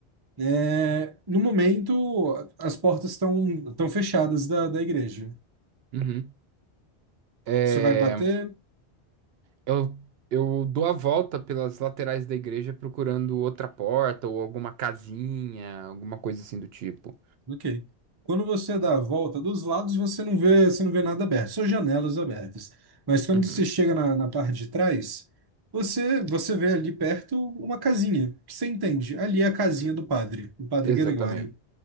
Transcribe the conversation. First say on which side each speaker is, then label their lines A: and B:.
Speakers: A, on the right (about 30°); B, on the right (about 70°).
A: É, no momento, as portas estão estão fechadas da, da igreja.
B: Uhum. É,
A: Você vai bater,
B: eu, eu dou a volta pelas laterais da igreja procurando outra porta ou alguma casinha, alguma coisa assim do tipo.
A: Ok. Quando você dá a volta dos lados, você não vê, você não vê nada aberto, só janelas abertas. Mas quando
B: Uhum.
A: você chega na, na parte de trás, você, você vê ali perto uma casinha, que você entende. Ali é a casinha do padre, do padre
B: Exatamente.
A: Gregório.